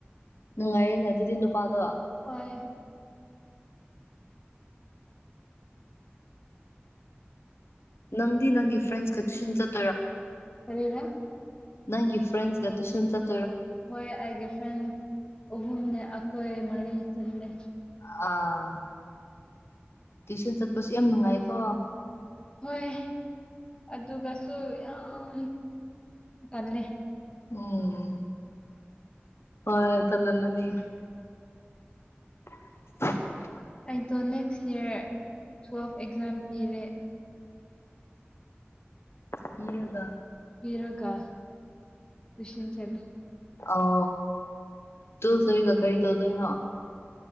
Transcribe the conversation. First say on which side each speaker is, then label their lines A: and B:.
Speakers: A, on the left; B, on the left.
A: ꯅꯨꯡꯉꯥꯏꯌꯦꯅꯦ ꯑꯗꯨꯗꯤ ꯅꯨꯄꯥꯗꯣ
B: ꯍꯣꯏ
A: ꯅꯪꯗꯤ ꯅꯪꯒꯤ ꯐ꯭ꯔꯦꯁ ꯀ ꯇꯨꯁꯟ ꯆꯠ
B: ꯀꯔꯤꯔ
A: ꯅꯪꯒꯤ ꯐ꯭ꯔꯦꯟꯁꯒ ꯇꯨꯏꯁꯟ ꯆꯠ
B: ꯍꯣꯏ ꯑꯩꯥꯏꯒꯤ ꯐ꯭ꯔꯦꯟ ꯑꯍꯨꯝꯅꯦ ꯑꯩꯈꯣꯏ ꯃꯔꯤ ꯆꯠꯂꯦ
A: ꯑꯥ ꯇ꯭ꯋꯨꯁꯟ ꯆꯠꯄꯁꯨ ꯌꯥꯝ ꯅꯨꯡꯉꯥꯏꯀꯣ
B: ꯍꯣꯏ ꯑꯗꯨꯒꯁꯨ ꯌꯥꯝ ꯇꯜꯂꯦ
A: ꯎꯝ ꯍꯣꯏ ꯇꯜꯂꯝꯃꯅꯤ <inaudible>
B: ꯑꯩꯗꯣ ꯅꯦꯛꯁ ꯏꯌꯥꯔ ꯇꯋꯦꯜꯐ ꯑꯦꯛꯖꯥꯝ ꯄꯤꯔꯦ
A: ꯀꯤꯔꯒ
B: ꯄꯤꯔꯀ ꯁꯤꯟ ꯆꯂ
A: ꯑꯣ ꯇꯨꯌꯦꯜꯚ ꯂꯣꯏꯔꯒ ꯀꯔꯤ ꯇꯧꯗꯣꯏꯅꯣ